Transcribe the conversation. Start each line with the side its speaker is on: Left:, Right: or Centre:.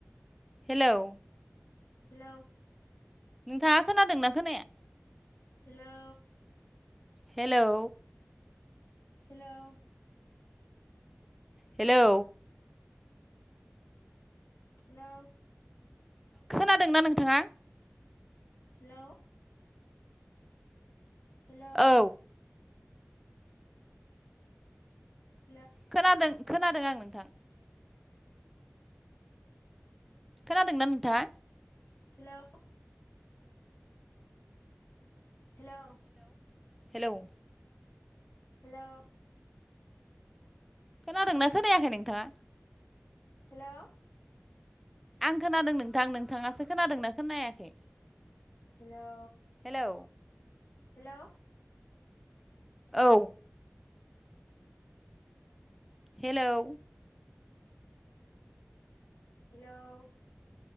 Centre: हेलौ
Left: हेलौ
Centre: नोंथाङा खोनादोंना खोनाया
Left: hello
Centre: hello
Left: hello
Centre: hello
Left: hello
Centre: खोनादोंना नोंथाङा
Left: हेलौ हेलौ
Centre: औ
Left: हेलौ
Centre: खोनादों खोनादों आं नोंथां खोनादोंना नोंथाङा
Left: हेलौ हेलौ
Centre: हेलौ
Left: हेलौ <inaudible>
Centre: खोनादोंना खोनायाखै नोंथाङा
Left: हेलौ
Centre: आं खोनादों नोंथां नोंथाङासो खोनादोंना खोनायाखै
Left: हेलौ
Centre: हेलौ
Left: हेलौ
Centre: औ हेलौ
Left: मा जाखो हेलौ